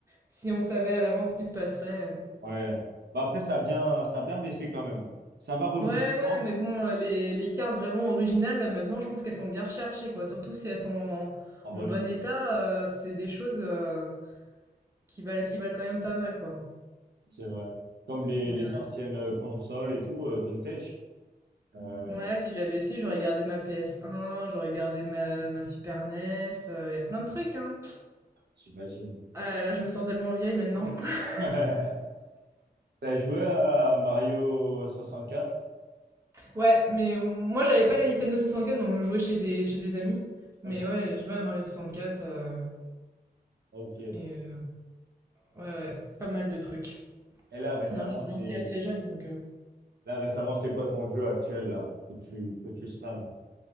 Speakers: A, on the right; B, on the right.
A: si on savait à l'avance ce qui se passerait. euh,
B: Ouais. Bah après, ça a bien, ça a bien baissé quand même. Ça va revenir,
A: Ouais,
B: je
A: ouais,
B: pense,
A: mais bon, heu, les les cartes vraiment originales, euh, maintenant, je pense qu'elles sont bien recherchées, quoi. Surtout si elles sont en
B: en bonne
A: en bon
B: et due,
A: état, heu, c'est des choses, heu, qui valent qui valent quand même pas mal, quoi.
B: c'est vrai. Comme les,
A: Mais,
B: les
A: heu,
B: anciennes euh, consoles et tout, euh, vintage, Euh,
A: ouais, si j'avais si, j'aurais gardé ma PS1, j'aurais gardé ma ma Super NES, heu, il y a plein de trucs, hein.
B: j'imagine.
A: Ah là je me sens tellement vieille maintenant. <laughs>
B: <laughs> T'as joué à Mario 64?
A: Ouais, mais moi, j'avais pas la Nintendo 64, donc je jouais chez des chez des amis.
B: Ok.
A: Mais ouais, je jouais à Mario 64, heu
B: Ok.
A: et heu, ouais, ouais, pas mal de trucs.
B: Et là, récemment,
A: Non, j'ai commencé
B: c'est
A: assez jeune, donc, heu
B: là récemment, c'est quoi ton jeu actuel là que tu que tu spams?